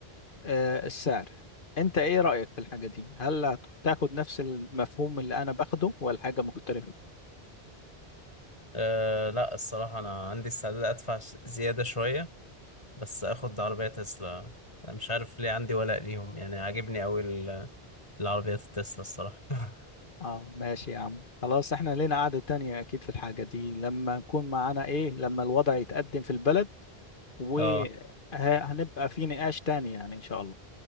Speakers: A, on the left; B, on the left.
A: آه السعر انت ايه رأيك في الحاجة دي هل هتاخد نفس المفهوم اللي انا باخده ولا حاجة مختلفة
B: آه، لا الصراحة أنا عندي استعداد أدفع ش- زيادة شوية بس أخد عربية تسلا أنا مش عارف ليه عندي ولاء ليهم يعني عاجبني أوي ال- العربيات التسلا الصراحة <laughs>
A: اه ماشي يا عم خلاص احنا لنا قعدة تانية اكيد في الحاجة دي لما نكون معانا ايه لما الوضع يتقدم في البلد وهنبقى
B: اه
A: في نقاش تاني يعني ان شاء الله